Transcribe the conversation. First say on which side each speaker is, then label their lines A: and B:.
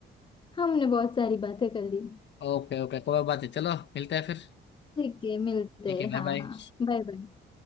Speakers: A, on the left; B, on the left.
A: हमने बहुत सारी बातें कर ली
B: ओके ओके कोई बात है चलो मिलते हैं फिर
A: ठीक है मिलते
B: ठीक है
A: हैं
B: बाय
A: हाँ
B: बाय
A: हाँ बाय बाय